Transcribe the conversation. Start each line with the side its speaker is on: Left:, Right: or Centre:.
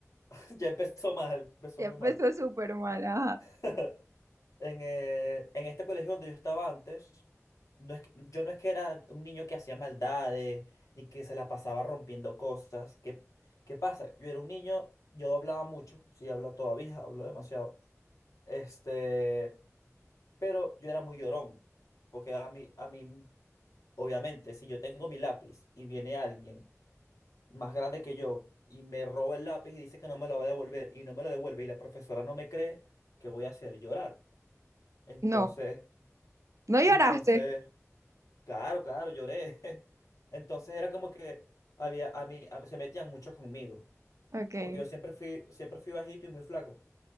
Left: <laughs> ya empezó mal, empezó
Right: Ya
Left: muy
Right: empezó
Left: mal.
Right: súper mal. Ajá.
Left: <laughs> En, eh, en este colegio donde yo estaba antes, no es que- yo no es que era un niño que hacía maldades, ni que se la pasaba rompiendo cosas. ¿Qué, qué pasa? Yo era un niño, yo hablaba mucho, sí hablo todavía, hablo demasiado. Este, pero yo era muy llorón, porque a mí, a mí, obviamente, si yo tengo mi lápiz y viene alguien más grande que yo y me roba el lápiz y dice que no me lo va a devolver y no me lo devuelve y la profesora no me cree, ¿qué voy a hacer? Llorar. Entonces...
Right: No, no lloraste.
Left: Entonces, claro, claro, lloré. <laughs> Entonces era como que había a mí a- se metían mucho conmigo,
Right: Ok.
Left: porque yo siempre fui siempre fui bajito y muy flaco.